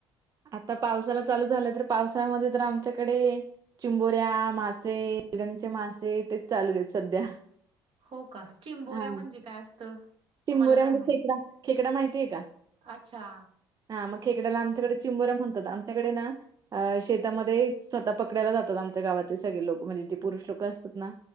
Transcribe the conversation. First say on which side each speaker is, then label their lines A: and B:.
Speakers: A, on the right (about 30°); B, on the right (about 50°).
A: आता पावसाला चालू झालं तर पावसाळमध्ये तर आमच्याकडे. चिंबोऱ्या मासे बलगणीचे मासे तेच चालू सध्या.
B: हो का चिंबोऱ्या
A: हा
B: म्हणजे काय असतं.
A: चिंबोऱ्यामध्ये
B: मला नाही माहित
A: खेकडा खेकडा माहितीय का.
B: अच्छा.
A: ह मग खेकड्याला आमच्याकडे चिंबरम म्हणतात आमच्याकडे ना. अ शेतामध्ये स्वतः पकडयला जातात आमच्या गावातले सगळे लोक म्हणजे जे पुरुष लोक असतात ना.